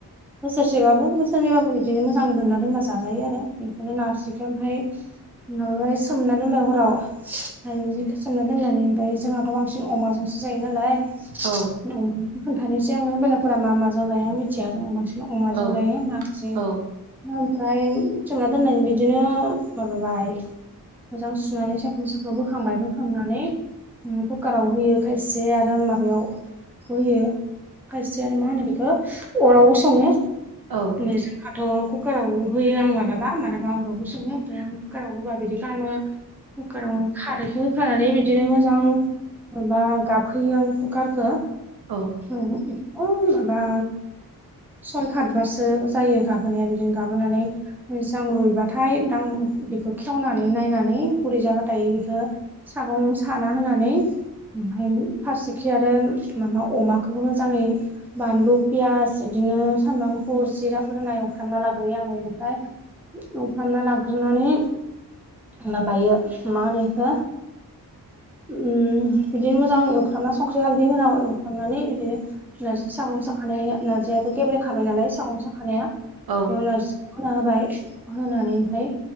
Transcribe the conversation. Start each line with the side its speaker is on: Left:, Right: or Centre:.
Centre: बोसोरसेबाबो बोरनैबाबो बिदिनो मोजां बोनना दोनबा जाजायो आरो बेखौनो नारजि ओमफ्राय माबाबाय सोमना दोनबाय हराव आरो जिखौ सोमना दोननानै ओमफ्राय जोंहाथ' बांसिन अमाजोंसो जायो नालाय
Right: औ।
Centre: अमानिखौ खोनथानोसै आङो बेलेगफोरा मा माजों जायो आं मिथिया जोङो बांसिन। बिदिनो अमाजों
Right: औ
Centre: जायो नारजि
Right: औ
Centre: ओमफ्राय सोमना दोननायनि बिदि बिदिनो माबाबाय मोजां सुनानै सायख्ल सख्ल बोखांबाय बोखांनानै कुकाराव होयो खायसे आरो माबायाव होयो खायसे आरो मा होनो बेखौ अरावबो सङो
Right: औ।
Centre: ओमफ्राय जोंहाथ' कुकाराव होयो आं मालाबा मालाबा ओमफ्राय आं कुकारावबो बिदि खालामो। कुकाराव खारैखौ होखानानै बिदिनो मोजां। माबा गाबहैयो आं कुकारखौ
Right: औ।
Centre: उम एखदम माबा सय खात बारसो जायो गाबोनाया बिदिनो गाबोनानै मोजां रुइबा थाय दां बेखौ खेवनानै नायनानै गुरै जाबाथाय बेखौ सागं साना होनानै ओमफ्राय फारसेखि आरो माबा अमाखोबो मोजाङै बानलु पियास बिदिनो सामब्राम गुफुर जिराफोर होनाय एवफ्रामना लाग्रोयो आं बेनिफ्राय एवफ्रामना लाग्रोनानै माबायो मा होनो इखौ बिदिनो मोजां एवफ्रामना संख्रि हालदै होना एवफ्रामनानै बिदिनो नारजि सागं साखानाय नारजियाथ' गेब्लेखाबाय नालाय सागं सानाय साखानाया
Right: औ
Centre: बेयाव नारजिखौ होना होबाय होनानै ओमफ्राय